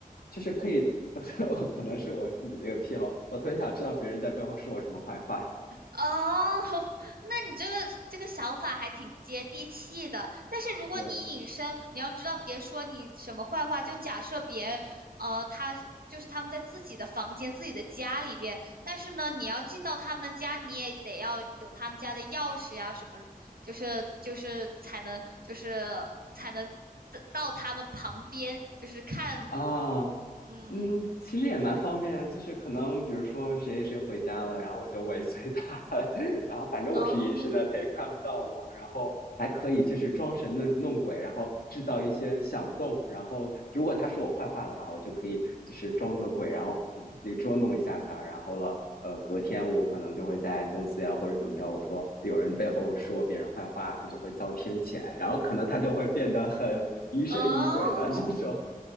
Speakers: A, on the left; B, on the right.
A: 就是可以，<laughs> 可能是我自己的一个癖好，我特别想知道别人在背后说我什么坏话。
B: 哦，<laughs> 那你这个这个想法还挺接地气的，但是如果你隐身，
A: <laughs> 对，
B: 你要知道，别说你什么坏话，就假设别人，呃，他就是他们在自己的房间、自己的家里边，但是呢，你要进到他们的家，你也得要有他们家的钥匙呀，什么，就是就是才能就是才能到他们旁边，就是看，
A: 啊，
B: 嗯
A: 嗯，其实也蛮方便，就是可能比如说谁谁回家了，然后我就尾随他，<laughs> 然后反正我是隐身的，
B: 嗯
A: 他也看不到我，然后还可以就是装神弄弄鬼，然后制造一些响动，然后如果他说我坏话的话，我就可以就是装作鬼，然后那个捉弄一下他，然后了，呃，隔天我可能就会在公司呀或者怎么着，我说有人背后说别人坏话，他就会遭天谴，然后可能他就会变得很疑神疑鬼的这种。
B: 哦。